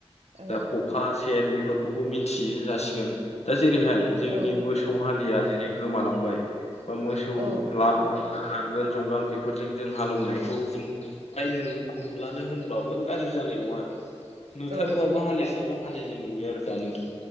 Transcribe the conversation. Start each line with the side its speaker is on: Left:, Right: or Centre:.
Right: औ
Left: दा ख'खा, सेन बिफोरखौबो मिथियि जासिगोन। दा जेरैहाय जोंनि
Right: औ
Left: मोसौ हालिया जेरै गोमालांबाय बा मोसौ
Right: औ
Left: ला नांगोल जुंगाल बेफोरजों जों हालौनायखौ जों फ्राय नु नुलानो होनबाबो गाज्रि जानाय नङा आरो।
Right: औ
Left: नुथारोबाबो हालिसेबा हालिनै नुयो आरो दा नोंथां।